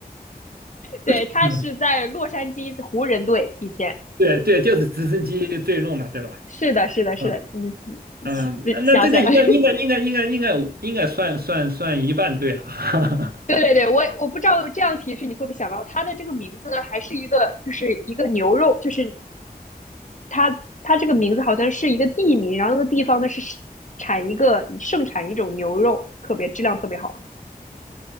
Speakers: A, on the left (about 50°); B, on the right (about 70°).
A: 对，
B: <laughs>
A: 他是在洛杉矶湖人队以前。
B: 对对，就是直升机坠落嘛，对吧？
A: 是的，是的，是的。
B: 啊。
A: 你你
B: 嗯，
A: 你想想，
B: 那那这个应该应该应该应该应该应该算算算一半对了，
A: <laughs>
B: <laughs>
A: 对对对，我我不知道这样提示你会不会想到他的这个名字呢？还是一个就是一个牛肉，就是他他这个名字好像是一个地名，然后那个地方呢是产一个盛产一种牛肉，特别质量特别好。